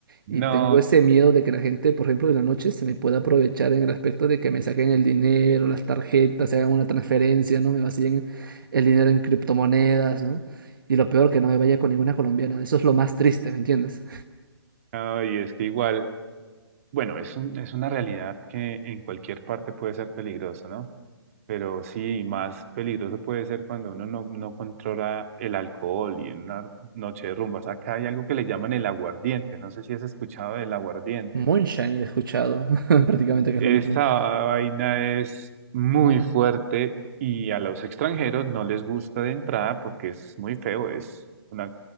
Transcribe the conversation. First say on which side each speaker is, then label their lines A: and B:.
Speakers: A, on the right (about 35°); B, on the right (about 55°).
A: no,
B: Y tengo ese miedo de que la gente, por ejemplo, en la noche se me pueda aprovechar en el aspecto de que me saquen el dinero, las tarjetas, se hagan una transferencia, ¿no? Me vacíen el dinero en criptomonedas, ¿no? Y lo peor, que no me vaya con ninguna colombiana. Eso es lo más triste, ¿me entiendes?
A: no, y es que igual. Bueno, es un- es una realidad que en cualquier parte puede ser peligroso, ¿no? Pero sí, más peligroso puede ser cuando uno no, no controla el alcohol y en una noche de rumbas. Acá hay algo que le llaman el aguardiente. No sé si has escuchado del aguardiente.
B: Moonshine he escuchado, <laughs> prácticamente que es
A: Esta
B: lo mismo.
A: vaina es muy fuerte y a los extranjeros no les gusta de entrada porque es muy feo. Es una,